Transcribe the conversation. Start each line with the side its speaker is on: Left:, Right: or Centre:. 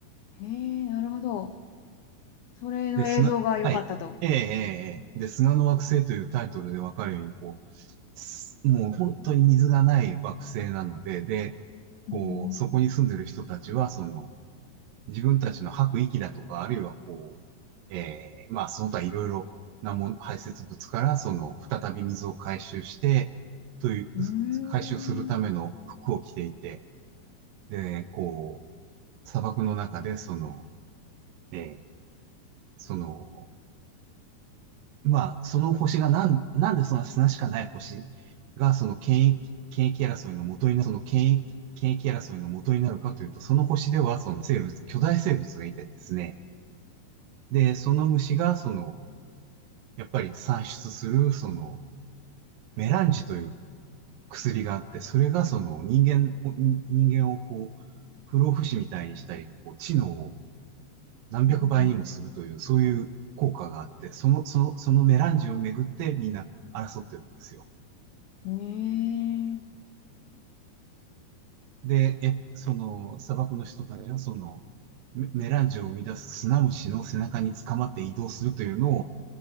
Left: へえ、なるほど。それの映像が良かったと。
Right: で、砂、はい。ええ、ええ、ええで、砂の惑星というタイトルでわかるように、こう、すもう本当に水がない惑星なので、で、こう、
Left: うん
Right: そこに住んでる人たちは、その、自分たちの吐く息だとか、あるいはこう、ええ、まあ、その他いろいろなもん、排泄物から、その、再び水を回収して、という、
Left: うん。うーん。
Right: 回収するための服を着ていて、で、こう、砂漠の中で、その、ええ、その、まあ、その星がなん、なんでそんな砂しかない星が、その権益、権益争いの元になる、その権益、権益争いの元になるかというと、その星では、その生物、巨大生物がいてですね。で、その虫が、その、やっぱり産出する、その、メランジという薬があって、それが、その、人間を、人間をこう、不老不死みたいにしたり、こう、知能を何百倍にもするという、
Left: うん
Right: そういう効果があって、その、その、そのメランジをめぐってみんな争ってるんですよ。
Left: うん。へえ。
Right: で、え、その、砂漠の人たちは、その、メメランジを生み出す砂虫の背中に捕まって移動するというのを、